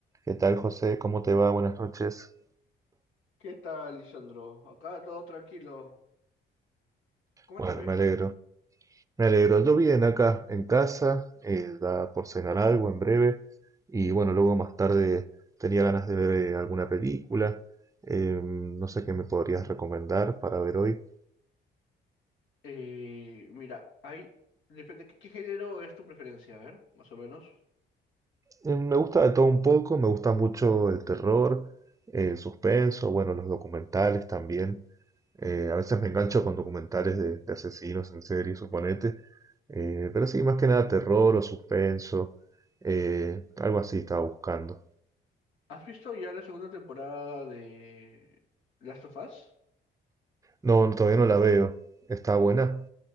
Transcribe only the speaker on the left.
¿Qué tal, Lisandro? Acá todo tranquilo. Coméntame.
Eh, mira, hay... Depende, ¿qué, qué género es tu preferencia? A ver, más o menos.
¿Has visto ya la segunda temporada de Last of Us?